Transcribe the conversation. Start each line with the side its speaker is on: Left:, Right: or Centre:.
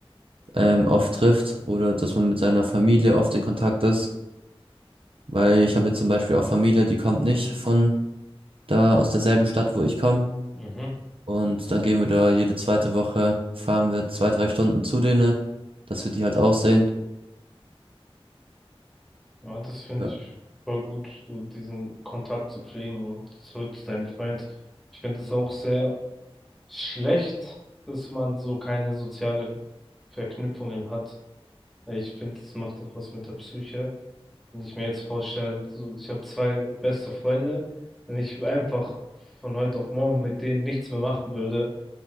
Right: ähm, oft trifft oder dass man mit seiner Familie oft in Kontakt ist, weil ich habe jetzt zum Beispiel auch Familie, die kommt nicht von da aus derselben Stadt, wo ich komme.
Centre: Mhm.
Right: Und dann gehen wir da jede zweite Woche, fahren wir zwei, drei Stunden zu denen, dass wir die halt auch sehen.
Centre: ja, das finde
Right: Ja,
Centre: ich voll gut, so diesen Kontakt zu pflegen und zurück zu deinem Freund. Ich finde es auch sehr schlecht, dass man so keine soziale Verknüpfungen hat. Ich finde, das macht doch was mit der Psyche. Wenn ich mir jetzt vorstelle, so, ich habe zwei beste Freunde, wenn ich einfach von heute auf morgen mit denen nichts mehr machen würde,